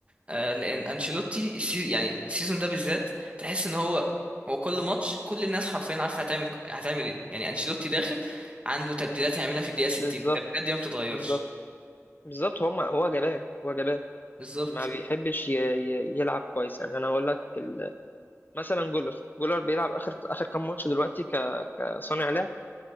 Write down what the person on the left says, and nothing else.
بالظبط
بالظبط بالظبط هما هو جبان هو جبان
ما بيحبش ي- ي- يلعب كويس يعني انا هقول لك ال- مثلا جولر جولر بيلعب اخر اخر كام ماتش دلوقتي ك- كصانع لعب